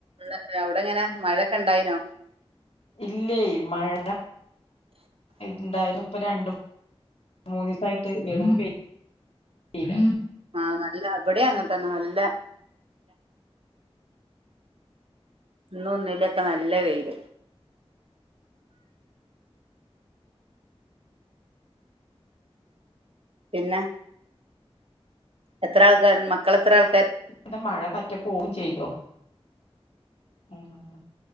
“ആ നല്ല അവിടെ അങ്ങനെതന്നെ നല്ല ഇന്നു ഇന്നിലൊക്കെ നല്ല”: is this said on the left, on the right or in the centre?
Right